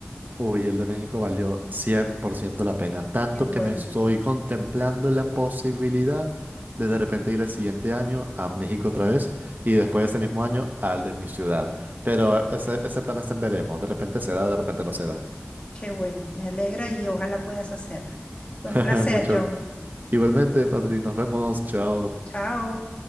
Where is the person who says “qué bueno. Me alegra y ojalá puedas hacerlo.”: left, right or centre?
Left